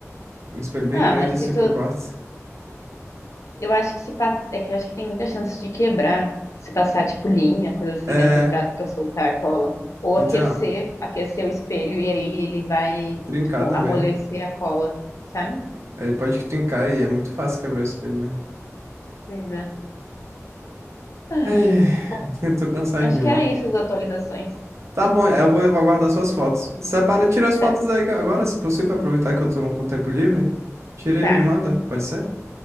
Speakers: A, on the right; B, on the left.
A: Um espelho bem
B: Ah,
A: grande
B: mas
A: assim
B: se tu...
A: pro quarto.
B: Eu acho que se pa- É que eu acho que tem muita chance de quebrar. Se passar, tipo, linha, coisa assim,
A: É,
B: né? Por trás pra soltar a cola. Ou
A: então,
B: aquecer, aquecer o espelho e aí ele vai,
A: trincar
B: tipo,
A: também.
B: amolecer a cola, sabe?
A: Aí pode trincar e é muito fácil quebrar o espelho, né?
B: Pois é. Ai,
A: Ai,
B: bom,
A: eu tô cansadinho,
B: acho que
A: ó.
B: era isso as atualizações.
A: Tá bom, eu vou, eu vou aguardar suas fotos. Separa, tira as fotos
B: Tá,
A: aí agora, se possível, aproveitar que eu tô com tempo livre. Tira
B: tá,
A: e me manda, pode ser?